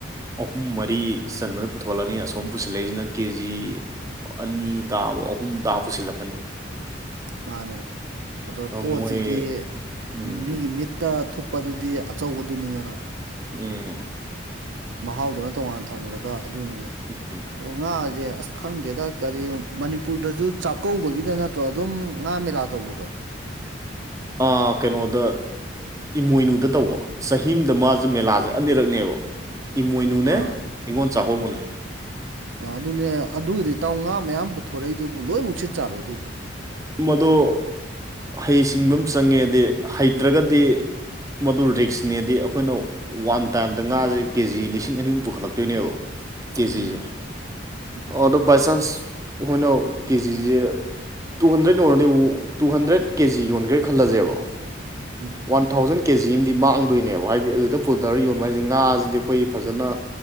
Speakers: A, on the right; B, on the right.
A: ꯑꯍꯨꯝ ꯃꯔꯤ ꯆꯟꯕꯗ ꯄꯨꯊꯣꯛꯂꯅꯤ ꯑꯁꯣꯝ ꯄꯨꯁꯤꯜꯂꯛꯏꯖꯤꯅ ꯀꯦ ꯖꯤ ꯑꯅꯤ ꯇꯥꯕ ꯑꯍꯨꯝ ꯇꯥꯕ ꯄꯨꯁꯤꯜꯂꯛꯀꯅꯤ
B: ꯃꯥꯅꯦ ꯑꯗꯣ
A: ꯃꯣꯏ
B: ꯄꯣꯠꯁꯤꯗꯤ
A: ꯎꯝ
B: ꯃꯤꯒꯤ ꯃꯤꯠꯇ ꯊꯨꯞ ꯥꯄꯗꯨꯗꯤ ꯑꯆꯧꯕꯗꯨꯅꯤꯗꯅ
A: ꯎꯝ
B: ꯃꯍꯥꯎꯗꯨꯅ ꯇꯣꯉꯥꯟꯅ ꯊꯝꯒ꯭ꯔꯒ ꯑꯗꯨꯅꯤꯗ
A: ꯅꯠꯇꯦ
B: ꯑꯗ ꯉꯥꯖꯦ ꯑꯁ ꯈꯪꯗꯦꯗ ꯀꯔꯤ ꯃꯅꯤꯄꯨꯔꯗꯁꯨ ꯆꯥꯛꯀꯧꯕꯒꯤꯗ ꯅꯠꯇ꯭ꯔꯣ ꯑꯗꯨꯝ ꯉꯥ ꯃꯦꯂꯥ ꯇꯧꯕꯗꯣ
A: ꯑꯥ ꯀꯩꯅꯣꯗ ꯏꯃꯣꯏꯅꯨꯗ ꯇꯧꯕ ꯆꯍꯤ ꯑꯃꯗ ꯃꯥꯖꯦ ꯃꯦꯂꯥꯖꯦ ꯑꯅꯤꯔꯛꯅꯦꯕ ꯏꯃꯣꯏꯅꯨꯅꯦ
B: ꯑꯥ
A: ꯅꯤꯡꯉꯣꯟ ꯆꯥꯛꯀꯧꯕꯅꯦ
B: ꯑ ꯑꯗꯨꯅꯦ ꯑꯗꯨꯏꯗꯤ ꯏꯇꯥꯎ ꯉꯥ ꯃꯌꯥꯝ ꯄꯨꯊꯣꯔꯛꯏꯗꯨꯕꯨ ꯂꯣꯏꯃꯛ ꯁꯤꯠ ꯆꯥꯔꯣ ꯑꯗꯨꯕꯨ
A: ꯃꯗꯣ ꯍꯩꯁꯤꯡꯕ ꯑꯃ ꯆꯪꯉꯦꯗꯤ ꯍꯩꯇ꯭ꯔꯒꯗꯤ ꯃꯗꯨ ꯔꯤꯛꯁꯅꯦꯗꯤ ꯑꯩꯈꯣꯏꯅ ꯋꯥꯟ ꯇꯥꯏꯝꯗ ꯉꯥꯖꯦ ꯀꯦꯖꯤ ꯂꯤꯁꯤꯡ ꯑꯅꯤꯍꯨꯝ ꯄꯨꯈꯠꯂꯛꯇꯣꯏꯅꯦꯕ ꯀꯦꯖꯤꯖꯦ
B: ꯎꯝ ꯎꯝ
A: ꯑꯗꯣ ꯕꯥꯏ ꯆꯥꯟꯁ ꯍꯣꯏꯅ ꯀꯦꯖꯤꯖꯦ ꯇꯨ ꯍꯟꯗ꯭ꯔꯦꯗ ꯌꯧꯔꯗꯤ ꯇꯨ ꯍꯟꯗ꯭ꯔꯦꯗ ꯀꯦꯖꯤ ꯌꯣꯟꯒ꯭ꯔꯦ ꯈꯜꯂꯖꯦꯕ
B: ꯎꯝ
A: ꯋꯥꯟ ꯊꯥꯎꯖꯟ ꯀꯦꯖꯤ ꯑꯃꯗꯤ ꯃꯥꯡꯗꯨꯏꯅꯦꯕ ꯍꯥꯏꯗꯤ ꯑꯗꯨꯗ ꯄꯨꯗꯔꯥ ꯌꯣꯟꯕ ꯍꯥꯏꯖꯦ ꯉꯥꯖꯤꯗꯤ ꯑꯈꯣꯏ ꯐꯖꯅ